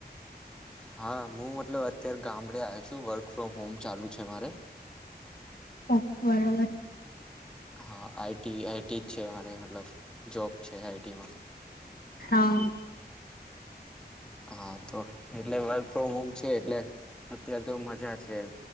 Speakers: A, in the centre; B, on the left (about 65°).
A: હા હું મતલબ અત્યારે ગામડે આવ છું વર્ક ફ્રોમ હોમ ચાલુ છે મારે
B: ઓ બરાબર
A: હા આઈટી આઈટી જ છેરેતલ જોબ છે આઈટીમાં
B: હા
A: હા તો એટલે વર્ક ફ્રોમ હોમ છે એટલે અત્યારે તો મજા છે